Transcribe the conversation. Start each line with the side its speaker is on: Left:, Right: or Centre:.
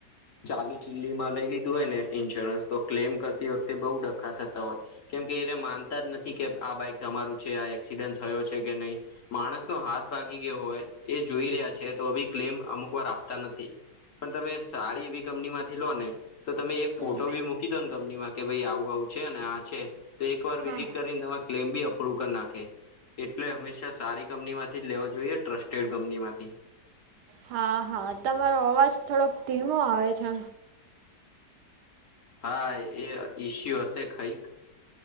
Left: ચાલુ ચિલ્લી માં લઈ લીધું હોય ને ઇન્સ્યોરન્સ તો ક્લેમ કરતી વખતે બહુ ડ્ખા થતા હોય કેમકે એને માનતા જ નથી કે આ બાઈક તમારું છે આ એક્સિડન્ટ થયો છે કે નહીં. માણસ નો હાથ ભાગી ગયો હોય એ જોઈ રહ્યા છે તો અભી ક્લેમ અમુક વાર આપતા નથી. પણ તમે સારી એવી કંપની માંથી લો ને તો તમે એક
Right: હમ.
Left: ફોટો ભી મૂકી દો ને કંપનીમાં કે ભાઈ આવું આવું છે ને આ છે. તો એક વાર
Right: હા
Left: વિઝિટ કરીને તમા ક્લેમ બી અપ્રુવ કરી નાખે એટલે હંમેશા સારી કંપની માંથી લેવો જોઈએ ટ્રસ્ટેડ કંપની માંથી
Right: હા હા તમારો અવાજ થોડોક ધીમો આવે છે.
Left: હા એ ઈસ્યુ હશે કઈક.